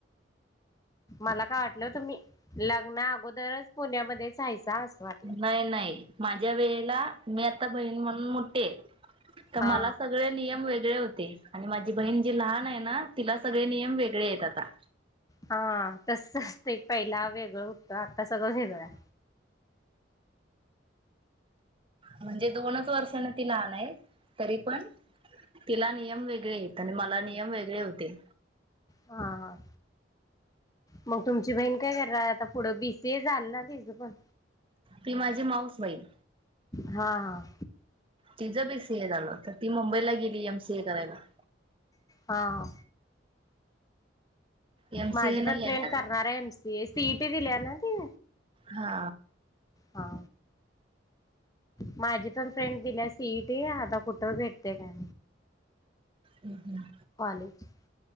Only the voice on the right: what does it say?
नाही नाही माझ्या वेळेला मी आता बहीण म्हणून मोठी हाय तर
मला सगळे नियम वेगळे होते आणि माझी बहीण जी लहान आहे ना तिला सगळे नियम वेगळे आहेत आता
म्हणजे दोनच वर्षने ती लहान आहे तरी पण तिला नियम वेगळे येत आणि मला नियम वेगळे होते.
ती माझी माऊसबाईल.
तिचं बीसीए झालं तर ती मुंबईला गेली एमसीए करायला.
एम सीए
नाही
आहे ना
ती.
हा
हम् हम्म